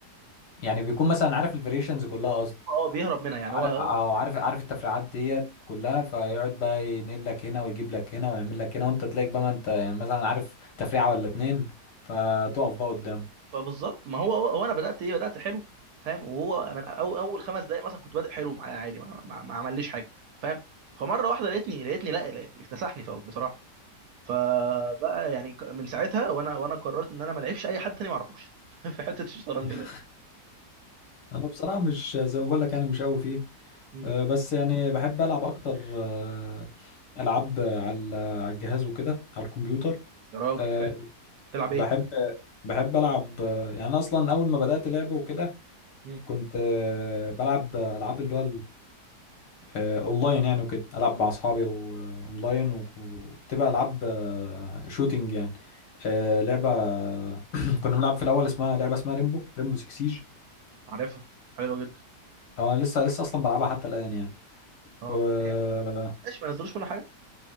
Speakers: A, on the left; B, on the right.
A: يعني بيكون مثلا عارف الفاريشنز كلها
B: هو اه بيهرب منها يعني
A: عارف
B: هو هو
A: اه
B: عارف
A: عارف
B: كل
A: عارف
B: حاجه
A: التفريعات ديت كلها فيقعد بقى ينقل لك هنا ويجيب لك هنا ويعمل لك هنا وانت تلاقيك بقى ما انت يعني مثلا عارف تفريعه ولا اتنين فتقف بقى قدام
B: فبالظبط ما هو هو انا بدات ايه بدات حلو فاهم وهو من أو اول خمس دقائق مثلا كنت بادئ حلو معايا عادي ما, ما, ما عمليش حاجه فاهم فمره واحده لقيتني لقيتني لا لقيت اكتسحني فوق بصراحه فبقى يعني ك- من ساعتها وانا وانا قررت ان انا ما العبش اي حد تاني ما اعرفوش <laughs> في حته الشطرنج
A: <laughs>
B: ده
A: انا بصراحه مش زي ما بقول لك يعني مش قوي فيه
B: مم.
A: آه، بس يعني بحب العب اكتر آه، العاب على على الجهاز وكده على الكمبيوتر
B: يا راجل
A: آه،
B: حلو تلعب
A: بحب
B: ايه
A: بحب العب آه، يعني انا اصلا اول ما بدات لعب وكده
B: مم.
A: كنت آه، بلعب العاب اللي هو آه، اونلاين يعني وكده العب مع اصحابي واونلاين و- وبتبقى العاب آه، شوتينج يعني آه، لعبه <clears throat> كنا بنلعب في الاول اسمها لعبه اسمها ريمبو ريمبو 6 سيج
B: عارفها حلوه جدا
A: اه انا لسه لسه اصلا بلعبها حتى الان يعني
B: اه
A: و... آه،
B: هي هو ماشي ما نزلوش منها حاجه